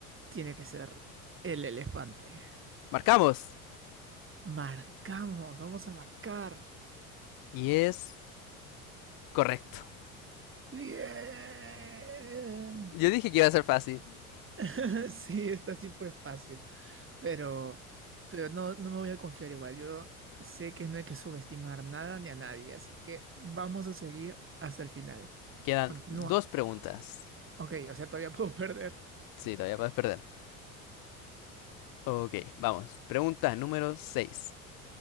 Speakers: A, on the right; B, on the left.
A: Tiene que ser el elefante.
B: Marcamos.
A: Marcamos, vamos a marcar.
B: Y es correcto.
A: Bien.
B: Yo dije que iba a ser fácil.
A: <laughs> Sí, esta sí fue fácil, pero, pero no, no me voy a confiar igual. Yo sé que no hay que subestimar nada ni a nadie, así que vamos a seguir hasta el final.
B: Quedan
A: Continúa.
B: dos preguntas.
A: Ok, o sea, todavía puedo <laughs> perder.
B: Sí, todavía puedes perder. Ok, vamos. Pregunta número 6.